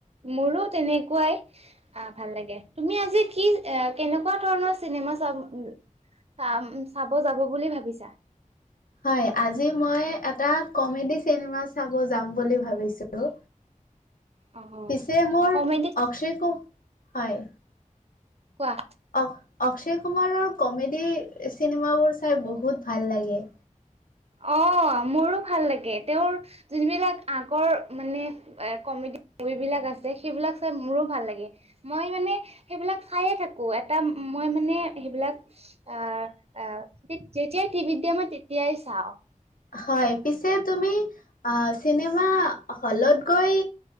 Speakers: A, on the right; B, on the left.
A: মোৰো তেনেকুৱাই অ ভাল লাগে তুমি আজি কি কেনেকুৱা ধৰণৰ চিনেমা চাম চাম চাব যাব বুলি ভাবিছা?
B: হয় আজি মই এটা কমেডি চি চিনেমা চাব যাম বুলি ভাবিছোঁ
A: অ',
B: পিছে মোৰ
A: কমেডি
B: অক্ষয় কো হয়
A: কোৱা
B: অ অক্ষয় কুমাৰৰ কমেডি চিনেমাবোৰ চাই বহুত ভাল লাগে।
A: অ মোৰো ভাল লাগে তেওঁৰ জোনবিলাক আগৰ মানে এ কমেডি মুভি বিলাক আছে সেইবিলাক চাই মোৰো ভাল লাগে। মই মানে সেইবিলাক চায়েই থাকো এটা মই মানে সেইবিলাক আ আ যেতিয়াই টিভিত দিয়ে মই তেতিয়াই চাওঁ।
B: হয় পিছে তুমি চিনেমা হলত গৈ